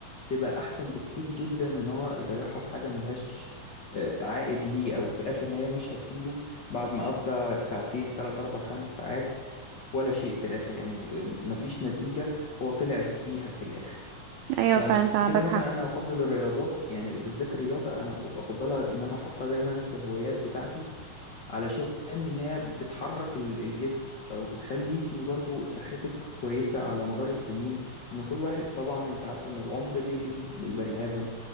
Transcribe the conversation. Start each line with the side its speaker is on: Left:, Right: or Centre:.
Left: تبقى احسن بكتير جدا من إن هو يضيعها في حاجة ملهاش آه، عائد ليه او في الاخر ان هي مش هتفيده بعد ما قضى ساعتين تلات اربع خمس ساعات ولا شيء في الاخر يعني آه، مفيش نتيجة هو طلع بيها في الاخر
Right: ايوه
Left: فعشان
Right: فانت عندك
Left: كده مثلا
Right: حق
Left: انا افضل الرياضات يعني بالذات الرياضه انا افضلها ان انا احطها دايما في هوايات بتاعتي علشان ان هي بتحرك ال- الجسم او بتخليكي برضو صحتك كويسه على مدار السنين ان كل واحد طبعا انت عارفه ان العمر بيجري بالبني ادم